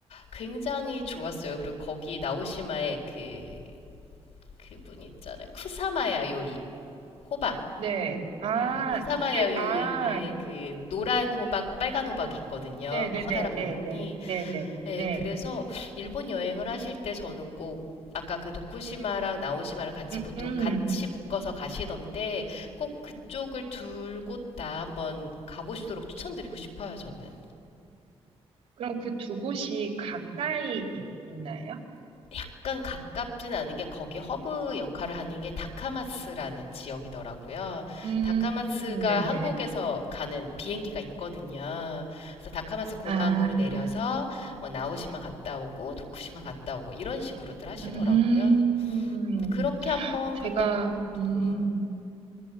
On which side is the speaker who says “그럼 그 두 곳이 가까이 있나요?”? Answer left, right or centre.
Right